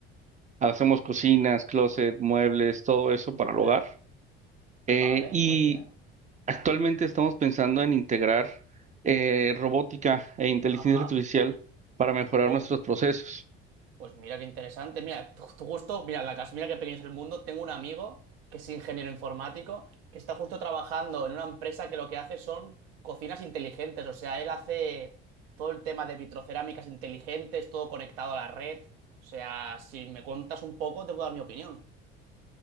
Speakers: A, on the right (about 25°); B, on the right (about 80°).
A: Hacemos cocinas, closet, muebles, todo eso para
B: Vale,
A: el hogar. Eh,
B: vale,
A: y
B: muy bien.
A: actualmente estamos pensando en integrar eh, robótica e inteligencia
B: Ajá.
A: artificial para mejorar
B: O-
A: nuestros procesos.
B: Pues mira qué interesante. Mira, tu, tu gusto, mira, la casa, mira qué pequeño es el mundo. Tengo un amigo que es ingeniero informático que está justo trabajando en una empresa que lo que hace son cocinas inteligentes. O sea, él hace todo el tema de vitrocerámicas inteligentes, todo conectado a la red. O sea, si me cuentas un poco, te puedo dar mi opinión.